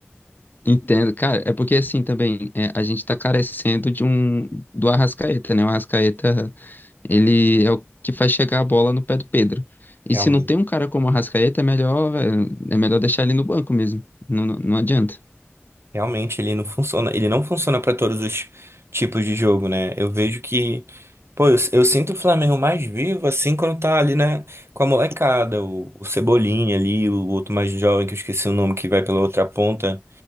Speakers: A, on the left; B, on the right.
A: Entendo, cara, é porque assim também é, a gente tá carecendo de um do Arrascaeta, né? O Arrascaeta Ele é o que faz chegar a bola no pé do Pedro. E
B: Realmente.
A: se não tem um cara como o Arrascaeta, é melhor, velho, é melhor deixar ele no banco mesmo. Não, não, não adianta.
B: Realmente ele não funciona, ele não funciona para todos os tipos de jogo, né? Eu vejo que, pô, eu, eu sinto o Flamengo mais vivo assim quando tá ali, né, com a molecada, o, o Cebolinha ali, o outro mais jovem que eu esqueci o nome que vai pela outra ponta